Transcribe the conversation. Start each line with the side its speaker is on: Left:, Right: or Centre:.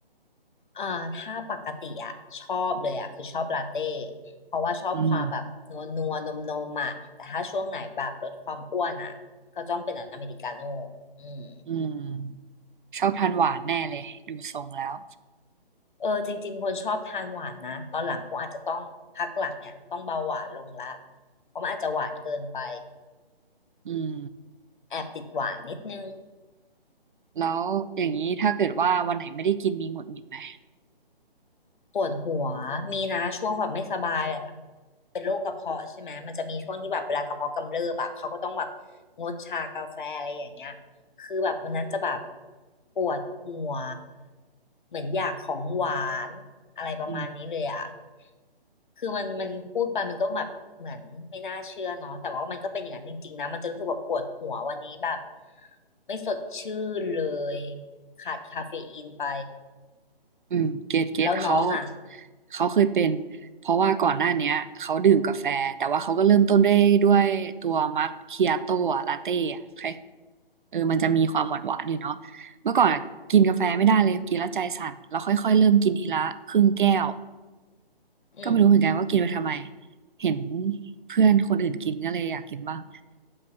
Left: อ่าถ้าปกติอ่ะชอบเลยอ่ะคือชอบลาเต้เพราะว่าชอบความแบบนัวนัวนมนมๆอ่ะแต่ถ้าช่วงไหนแบบลดความอ้วนอ่ะก็ต้องเป็นอเมริกาโน่
Right: อืม
Left: อืม
Right: อืมชอบทานหวานแน่เลยดูทรงแล้ว
Left: เออจริงๆคนชอบทานหวานนะตอนหลังคงอาจจะต้องพักหลังเนี่ยต้องเบาหวานลงละเพราะมันอาจจะหวานเกินไป
Right: อืม
Left: แอบติดหวานนิดนึง
Right: แล้วอย่างนี้ถ้าเกิดว่าวันไหนไม่ได้กินมีหงุดหงิดไหม
Left: ปวดหัวมีนะช่วงแบบไม่สบายอะ เป็นโรคกระเพาะใช่ไหมมันจะมีช่วงที่แบบเวลากระเพาะกำเริบอะเขาก็ต้องแบบงดชากาแฟอะไรอย่างเงี้ยคือแบบวันนั้นจะแบบปวดหัวเหมือนอยากของหวานอะไรประมาณนี้เลยอะ
Right: อืม
Left: คือมันมันพูดไปมันก็แบบเหมือนไม่น่าเชื่อเนาะแต่ว่ามันก็เป็นอย่างนั้นจริงๆนะมันจะรู้สึกแบบปวดหัววันนี้แบบไม่สดชื่นเลยขาดคาเฟอีนไป
Right: อืมเกตเกตเขา
Left: แล้วน้องอะ
Right: เขาเคยเป็นเพราะว่าก่อนหน้าเนี้ยเขาดื่มกาแฟแต่ว่าเขาก็เริ่มต้นด้วยด้วยตัวมัคคิอาโต้อะลาเต้อะใครเออมันจะมีความหวานหวานอยู่เนาะเมื่อก่อนอะกินกาแฟไม่ได้เลยกินแล้วใจสั่นแล้วค่อยๆเริ่มกินทีละครึ่งแก้ว
Left: อืม
Right: ก็ไม่รู้เหมือนกันว่ากินไปทำไมเห็นเพื่อนคนอื่นกินก็เลยอยากกินบ้าง